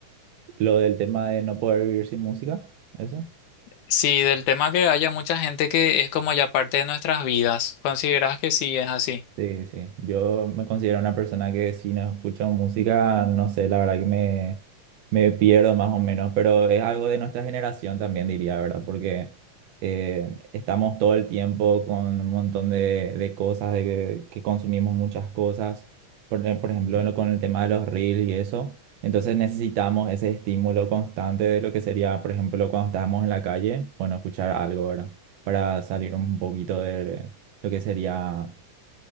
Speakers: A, on the right; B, on the left.
A: Lo del tema de no poder vivir sin música, eso.
B: Sí, del tema que haya mucha gente que es como ya parte de nuestras vidas. ¿Considerás que sí es así?
A: Sí, sí. Yo me considero una persona que si no escucho música, no sé, la verdad que me, me pierdo más o menos, pero es algo de nuestra generación también, diría, ¿verdad? Porque eh, estamos todo el tiempo con un montón de, de cosas, de que, que consumimos muchas cosas, por, e- por ejemplo, lo- con el tema de los reels y eso. Entonces necesitamos ese estímulo constante de lo que sería, por ejemplo, cuando estábamos en la calle, bueno, escuchar algo, ¿verdad? Para salir un poquito de lo que sería